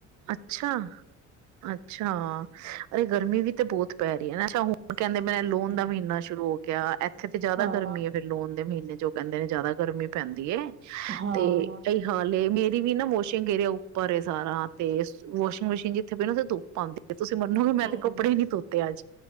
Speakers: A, on the right (about 70°); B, on the right (about 40°).
A: ਅੱਛਾ-ਅੱਛਾ ਅਰੇ ਗਰਮੀ ਵੀ ਤੇ ਬਹੁਤ ਪੈ ਰਹੀ। ਅੱਛਾ, ਹੁਣ ਕਹਿੰਦੇ ਮੇ ਲੋਨ ਦਾ ਮਹੀਨਾ ਸ਼ੁਰੂ ਹੋ ਗਿਆ। ਇੱਥੇ ਤੇ ਜ਼ਿਆਦਾ
B: ਹਾਂ
A: ਗਰਮੀ ਹੈ, ਫੇਰ ਲੋਨ ਦੇ ਮਹੀੇ ੇਜੋ ਕਹਿੰਦੇ ਨੇ ਜਿਆਦਾ ਗਰਮੀ ਪੈਂਦੀ ਏ।
B: ਹਾਂ
A: ਤੇ ਕਈ ਹਾਲ ਮੇਂ ਦੀ ਵੀ ਨਾ ਮੋਸ਼ਿੰਗਏਰਿਯਾ ਉੱਪਰ ਏ ਸਾਰਾ ਤੇ ਵੋਸ਼ੀਗ ਮਸ਼ੀਨ ਜਿੱਥੇ ਪਈ ਨਾ ਉਥੇ ਦੁੱਪ ਆਂਦੀ। ਤੁਸੀਂ ਮੰਨੋਗੇ ਮੈਂ
B: ਹਮ
A: ਤੇ ਕੱਪੜੇ ਈ ਨੀ ਧੋਤੇ ਅੱਜ